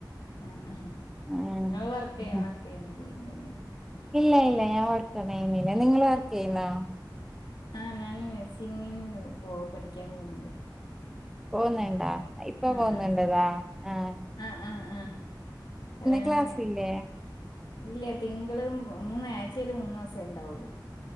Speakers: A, on the left (about 65°); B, in the centre.
A: ഉം ഉ
B: ആഹ്
A: ഇങ്ങള് വർക്ക്
B: ഉം
A: <unintelligible> വർക്ക് ചെയ്യ ചെയ്യ <unintelligible>
B: ഇല്ല ഇല്ല ഞാൻ വർക്ക് ഒന്നുഎയ്യുന്നില്ല നിങ്ങള് വർക്ക് ചെയ്യുന്നു?
A: ആ ഞാൻ നേസിങ്ങിന് പോ പഠിക്കാൻ പോുന്നുണ്ട്
B: പോന്ന്ണ്ടാ ഇപ്പ
A: ആഹ്
B: പോുന്നുണ്ട്ന്ന
A: ആഹ്
B: ആഹ
A: ആഹ് ആഹ് ആഹ് കല്ല്യാണം
B: ക്ലാസ്സില്ലേ
A: കയ്ഞ് ഇല്ല്യ തിങ്കളും മൂന്ന് ആഴ്ചേല് മൂന്നൂസേ ഇണ്ടാവുള്ളൂ.